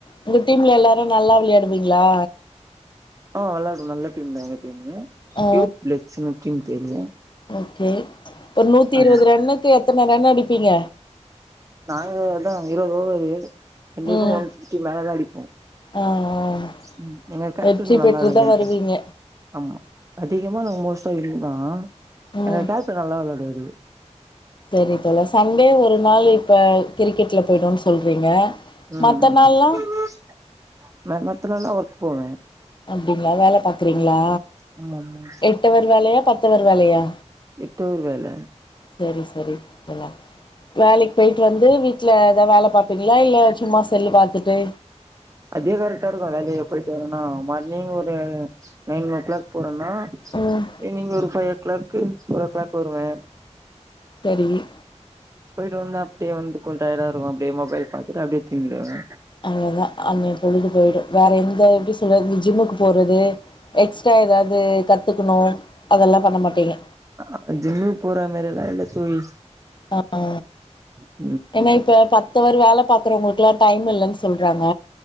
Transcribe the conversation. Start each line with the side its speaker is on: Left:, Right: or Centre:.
Left: உங்க டீம்ல எல்லாரு நல்லா விளயாடுவீங்களா
Right: ஆ விளாடு நல்ல டீம்தா எங்க டீமு
Left: ஆ
Right: யூத் பிளட்சின்னு டீம் பேரு
Left: ஓகே ஒரு நூத்தி
Right: ஆ
Left: இருவது ரன்னுக்கு எத்தன ரன் அடிப்பீங்க
Right: நாங்க அதா இருவது ஓவரு கண்டிப்ப
Left: ம்
Right: ஒன் ஃபிப்டி மேல தா அடிப்போ
Left: ஆ ஆ
Right: ம் எங்க கேட்டன்
Left: வெற்றி
Right: நல்லா
Left: பெற்றுதா
Right: <unintelligible>
Left: வருவீங்க
Right: ஆமா அதிகமா நாங்க மோஸ்டா வின்னுதா
Left: ம்
Right: எங்க கேப்ட நல்லா விளாட்டுவாரு
Left: செரி தோழா சண்டே ஒரு நாள் இப்ப கிரிக்கெட்டுல போய்டும்ன்னு சொல்றீங்க
Right: ம்
Left: மத்த
Right: ம்
Left: நாள்லா
Right: ம் நா மத்த நாள்ள ஒர்க்கு போவே
Left: அப்டிங்களா வேல பாக்குறீங்களா
Right: ம் ஆமா ஆமா
Left: எட்டவர் வேலையா பத்தவர் வேலையா
Right: எட்டு அவர்வேல
Left: செரி செரி தோழா வேலைக் போய்ட்டு வந்து வீட்டுல ஏதாவ் வேல பாப் பிங்ளா இல்ல சும்மா செல்லு பாத்துட்டு
Right: அதே கரெக்டா இருக்கு வேலையே போய்ட்டு வரனா மார்னிங் ஒரு நைன் ஓ க்ளாக் போறோன்னா
Left: ம்
Right: ஈவினிங் ஒரு five o'clock four o'clock வருவே
Left: சரிங்க
Right: போய்ட்டு வந்து அப்டியே வந்து கொஞ்ச டயர்டா இருக்கு அப்டியே மொபைல் பாத்துட்டு அப்டியே தூங்கிடுவே
Left: அவ்ளோதா அன்னைய பொழுது போய்டு வேற எந்த எப்டி சொல்றது இந்த ஜிம்முக்கு போறது எக்ஸ்ட்ரா ஏதாவ்து கத்துக்கணு அதெல்லா பண்ண மாட்டீங்க
Right: அ அ ஜிம்மு போற மாரியெல்லா இல்ல தோழி
Left: ஆ ஆ
Right: ம்
Left: ஏன்னா இப்ப பத்துவர் வேல பாக்குறவங்களுக்குல்லா டைம் இல்லன் சொல்றாங்க